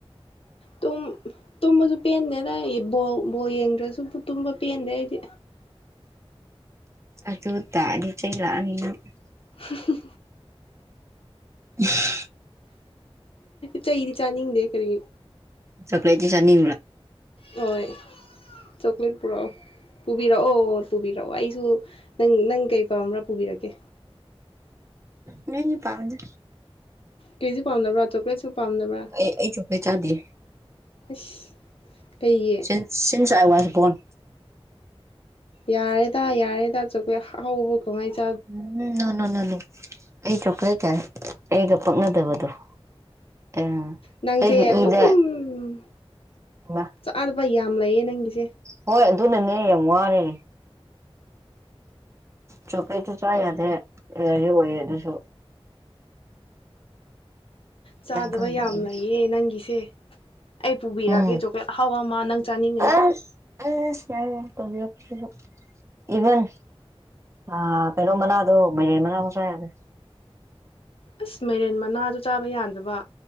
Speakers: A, on the left (about 65°); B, on the right (about 30°).
A: ꯇꯨꯝ ꯇꯨꯝꯕꯁꯨ ꯄꯦꯟꯗꯦꯗ ꯑꯩ ꯕꯣꯜ ꯕꯣꯜ ꯌꯦꯡꯗ꯭ꯔꯁꯨ ꯇꯨꯝꯕ ꯄꯦꯟꯗꯦ ꯑꯩꯗꯤ
B: ꯑꯗꯨ꫰ꯇꯥꯔꯥꯗꯤ ꯆꯩ ꯂꯥꯛ꫰ꯑꯥꯅꯤ ꯅꯪ
A: ꯎ
B: ꯁꯤ
A: ꯆꯩꯩꯗꯤ ꯆꯥꯅꯤꯡꯗꯦ ꯈꯔꯤ
B: ꯆꯀ꯭ꯂꯦꯠ ꯆ ꯆꯅꯤ
A: ꯍꯣꯏ ꯆꯧꯀꯂꯦꯠ ꯄꯣꯔꯛꯑꯣ ꯄꯨꯕꯤꯔꯛꯑꯣ ꯄꯨꯕꯤꯔꯛꯑꯣ ꯑꯩꯁꯨ ꯅꯪ ꯅꯪ ꯀꯩ ꯄꯥꯝꯕ꯭ꯔꯥ ꯄꯨꯕꯤꯔꯛꯀꯦ
B: ꯎꯝ ꯃꯤ ꯄꯥꯝꯗ
A: ꯀꯦꯖꯤ ꯄꯥꯝꯗ꯭ꯔ ꯆꯣꯀ꯭ꯂꯦꯠꯁꯨ ꯄꯥꯝꯗ꯭ꯔꯥ
B: ꯑꯩ ꯑꯩ ꯆꯣꯀꯣꯂꯦꯠ ꯆꯥꯗꯦ
A: ꯑꯁ ꯀꯩꯒꯤ
B: ꯁꯤꯁꯤꯡꯁ ꯑꯥꯏ ꯋꯥꯁꯟꯟ
A: ꯌꯥꯔꯦꯗ ꯌꯥꯔꯦꯗ ꯆꯣꯀꯣꯂꯦꯠ ꯑꯍꯥꯑꯣꯕꯥ ꯀꯃꯥꯏ ꯆꯥꯗꯣꯏꯅꯣ
B: ꯎꯝ ꯅ ꯅꯣ ꯅ ꯑꯩ ꯆꯣꯀ꯭ꯂꯦꯠꯀ ꯑꯩꯒ ꯄꯛꯅꯗꯕꯗꯣ ꯑꯥ
A: ꯅꯪꯁꯦ
B: ꯑꯩꯒꯤ
A: ꯑꯗꯨ
B: ꯏꯗ
A: ꯑꯗꯨꯝ
B: ꯃꯥ
A: ꯆꯥꯗꯕ ꯌꯥꯝ ꯂꯩꯌꯦ ꯅꯪꯒꯤꯁꯦ
B: ꯍꯣꯏ ꯑꯗꯨꯅꯅꯦ ꯌꯥꯝ ꯋꯥꯔꯦ ꯆꯣꯀ꯭ꯂꯦꯠꯁꯨ ꯆꯥ ꯌꯥꯗꯔꯦ ꯑꯦꯂꯔꯖꯤ ꯑꫭꯏꯌꯦ ꯑꯗꯨꯁꯨ
A: ꯆꯥꯗꯕ
B: ꯅꯪ ꯈꯪꯗꯕꯩꯅꯦ
A: ꯌꯥꯝ ꯂꯩꯌꯦ ꯅꯪꯒꯤꯁꯦ ꯑꯩ ꯄꯨꯕꯤꯔꯛꯑꯒꯦ
B: ꯎꯝ
A: ꯆꯣꯀ꯭ꯂꯦꯠ ꯑꯍꯥꯎ ꯑꯃ ꯅꯪ ꯆꯥꯅꯤꯡꯉꯅꯤ
B: ꯑꯁ ꯑꯁ ꯌꯥꯔꯦ ꯌꯥꯔꯦ ꯇꯧꯕꯔꯛ ꯇꯥꯔꯁꯨ ꯏꯚꯟ ꯑꯥ ꯀꯩꯅꯣ ꯃꯅꯥꯗꯣ ꯃꯩꯔꯦꯟ ꯃꯅꯥ ꯐꯥꯎ ꯆꯥꯥ ꯌꯥꯗꯦ
A: ꯑꯁ ꯃꯩꯔꯦꯟ ꯃꯅꯥꯗꫭ ꯆꯥꯕ ꯌꯥꯗꯕ